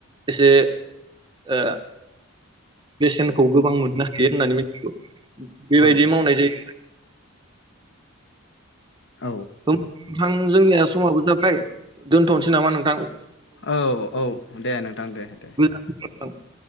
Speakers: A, on the right; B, on the left.
A: एसे ओ बेसेनखौ गोबां मोननो हायो होननानै मिथिगौ बेबायदि
B: औ
A: मावनाय जायो आरो <inaudible>
B: औ
A: थां जोंनिया समाबो जाबाय दोनथ'नोसै नामा नोंं
B: औ-औ दे नोंथां दे-दे
A: मोनसिगोन